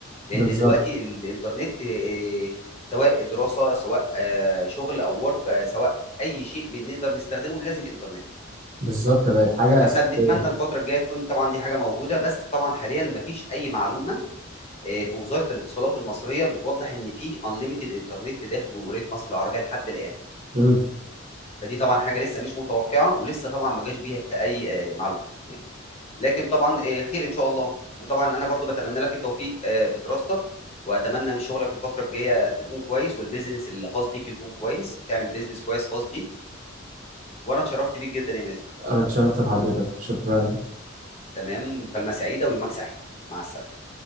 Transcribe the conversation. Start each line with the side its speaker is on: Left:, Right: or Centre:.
Left: لأن
Right: بالظبط
Left: دلوقتي الإنترنت آآ سواء دراسة، سواء شغل أو work سواء أي شيء بنقدر نستخدمه لازم إنترنت،
Right: بالظبط بقت حاجة
Left: فإحنا
Right: اساسية
Left: بنتمنى الفترة الجاية تكون طبعًا دي حاجة موجودة، بس طبعًا حاليًا ما فيش أي معلومة آآ في وزارة الاتصالات المصرية بتوضّح إن في unlimited إنترنت داخل جمهورية مصر العربية لحد الآن.
Right: امم
Left: فدي طبعًا حاجة لسه مش متوقعة، ولسه طبعًا ما جاش بيها أي آآ معلومات، لكن طبعًا آآ خير إن شاء الله، وطبعًا أنا برضه باتمنى لك التوفيق آآ في دراستك، وأتمنى إن شغلك الفترة الجاية يكون كويس، والbusiness الخاص بيك يكون كويس، وتعمل business كويس خاص بيك، وأنا اتشرفت بيك جدًا يا مازن،
Right: أردت شرفت بحضرتك شكرا
Left: تمام، مكالمة سعيدة ويومك سعيد، مع السلامة.